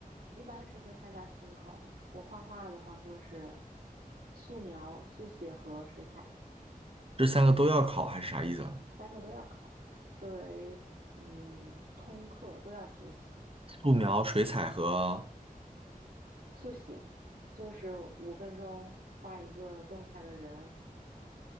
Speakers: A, on the right; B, on the right.
A: 一般是会参加统考的。我画画的话就是素描、速写和水彩
B: 这三个都要考，还是啥意思啊？
A: 三个都要考，作为嗯通课都要学习。
B: 素描、水彩和啊，
A: 速写就是五分钟画一个动态的人。